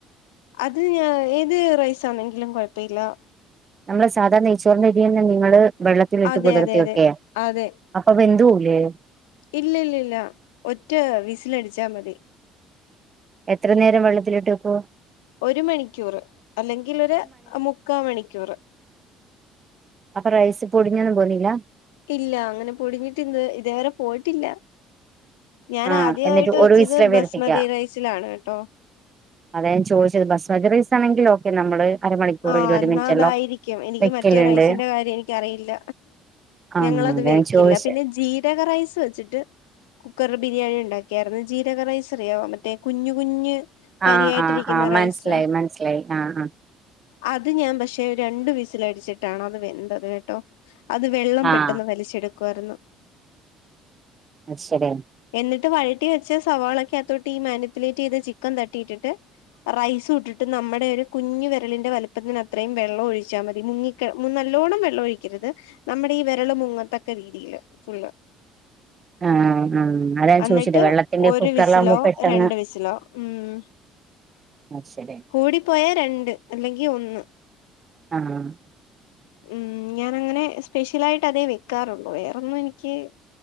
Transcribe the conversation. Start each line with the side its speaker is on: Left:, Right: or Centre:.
Left: അത് ഞ ഏത് റൈസാണെങ്കിലും കുഴപ്പല്ല
Right: നമ്മളെ സാധാരണെനെയ് ച്ചോറിന്റെ അരിന്നെ നിങ്ങള് വെള്ളത്തിലിട്ട്
Left: അതെ
Right: പുതിർത്തിയക്കെ
Left: അതെ അതെ അതെ
Right: അപ്പൊ വെന്തോലെ
Left: ഇല്ല ഇല്ല ഇല്ല ഒറ്റ വിസൽ അടിച്ചാ മതി
Right: എത്ര നേരം വെള്ളത്തിലിട്ട്പ്പോ
Left: ഒരു മണിക്കൂറ് അല്ലെങ്കിൽ ഒരു മുക്കാ മണിക്കൂറ്
Right: അപ്പൊ റൈസ് പൊടിഞ്ഞൊന്നും പോന്നില്ല
Left: ഇല്ല അങ്ങനെ പൊടിഞ്ഞിട്ട് ഇന്ന് ഇതേവരെ പോയിട്ടില്ല ഞാൻ
Right: ആഹ്
Left: ആദ്യമായിട്ട്
Right: എന്നിട്ട്
Left: വെച്ചത്
Right: ഒരു വിസിലേ
Left: ബസ്മതി
Right: വരുത്തിക്ക
Left: റൈസിലാണ് കേട്ടോ
Right: അത ഞൻ ചോദിച്ചത് ബസ്മദി റൈസ് ആണെങ്കിൽ ഒക്കെ നമ്മള് അരമണിക്കൂർ
Left: ആഹ്
Right: ഇരുപത്
Left: എന്നാ
Right: മിനിറ്റ്
Left: അതായിരിക്കും
Right: എല്ലാം
Left: എനിക്ക്
Right: വെക്കലുണ്ട്
Left: മറ്റേ റൈസിന്റെ കാര്യം എനിക്കറിയില്ല
Right: ആഹ്
Left: ഞങ്ങളത്
Right: അതാ
Left: വെക്കില്ല
Right: ഞാൻ ചോദിച്ചെ
Left: പിന്നെ ജീരക റൈസ് വെച്ചിട്ട് കുക്കർ ബിരിയാണി ഉണ്ടാക്കിയായിരുന്നു ജീരക റൈസ് അറിയാാവ മറ്റേ കുഞ്ഞു കുഞ്ഞ് തരിയായിട്ടിരിക്കുന്ന
Right: ആഹ ആഹ് ആ് മനസ്സിലായി
Left: റൈസ്
Right: മനസ്സിലായി ആഹ് ആ
Left: അത് ഞാൻ പക്ഷെ രണ്ടു വിസൽടിച്ചിട്ടാണ് അത് വെന്തത് കേട്ടോ അത് വെള്ളം
Right: ആഹ്
Left: പെട്ടെന്ന് വലിച്ചെടുക്കുവരുന്നു
Right: അഷരി <inaudible>
Left: എന്നിട്ട് വഴറ്റി വെച്ച സവാളക്ക് അകത്തോട്ട് ഈ മാനിപ്പുലേറ്റ് ചെയ്ത ചിക്കൻ തട്ടിയിട്ടിട്ട് റൈസ് ഇട്ടിട്ട് നമ്മടെ ഒരു കുഞ്ഞ് വെ കരളിന്റെ വലുപ്പത്തിന് അത്രയും വെള്ളം ഒഴിച്ച മതി മുങ്ങി നല്ലോണം വെള്ളം ഒഴിക്കരുത് നമ്മുടെ ഈ വിരള് മുങ്ങത്തക്കെ രീതിയില് ഫുള്ള്
Right: ആഹ് ആ അതാ ഞാൻചോദിച്ചത്
Left: എന്നിട്ട്
Right: വെള്ളത്തിന്റെ
Left: ഒരു
Right: കുക്കറിലാകുമ്പോ
Left: വിസിലോ
Right: പെട്ടെന്ന്
Left: രണ്ട് വിസിലോ ഉം
Right: അശരി
Left: കൂടിപ്പോയാ രണ്ട് അല്ലെങ്കി ഒന്ന്
Right: ആഹ്
Left: ഉം ഞാനങ്ങനെ സ്പെഷ്യൽ ആയിട്ട് അതേ വെക്കാറുള്ള വേറൊന്നും എനിക്ക്